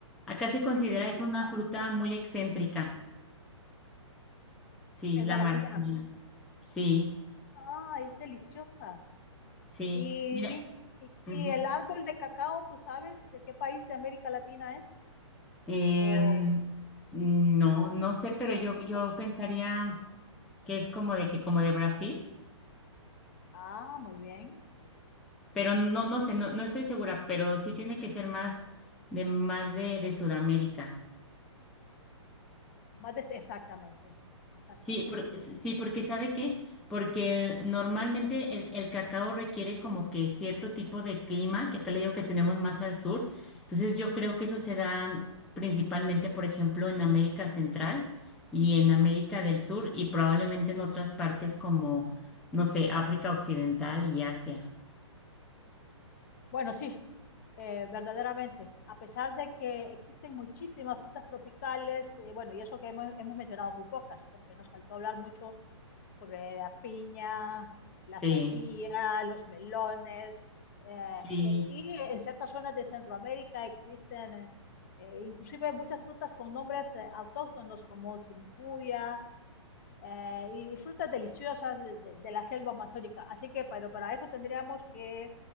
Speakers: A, in the centre; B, on the left.
A: acá se considera
B: Es deliciosa.
A: eso una fruta muy excéntrica. Sí,
B: El
A: la
B: maracuyá.
A: maracuyá. Sí,
B: Ah, es deliciosa.
A: sí.
B: Y,
A: Mira,
B: y,
A: ujú.
B: y el árbol de cacao, ¿tú sabes de qué país de América Latina es?
A: Em,
B: ¿O
A: no, no sé,
B: que
A: pero
B: se cultiva?
A: yo, yo pensaría. que es como de que como de Brasil,
B: Ah, muy bien.
A: pero no, no sé, no, no estoy segura, pero sí tiene que ser más de más de, de Sudamérica.
B: Más de- exactamente. Exactamente.
A: Sí, por- sí, porque ¿sabe qué? Porque normalmente el, el cacao requiere como que cierto tipo de clima, que acá le digo que tenemos más al sur. Entonces yo creo que eso se da principalmente, por ejemplo, en América Central y en América del Sur y probablemente en otras partes como, no sé, África Occidental y Asia.
B: Bueno, sí. eh, verdaderamente, a pesar de que existen muchísimas frutas tropicales, eh, bueno, y eso que hemos, hemos mencionado muy pocas, porque nos faltó hablar mucho sobre la piña, la
A: Sí,
B: sandía, los melones, eh,
A: sí.
B: eh, y en ciertas zonas de Centroamérica existen eh, eh, inclusive muchas frutas con nombres eh, autóctonos como zumpuya, eh, y frutas deliciosas de, de- de la selva amazónica. Así que, pero para eso tendríamos que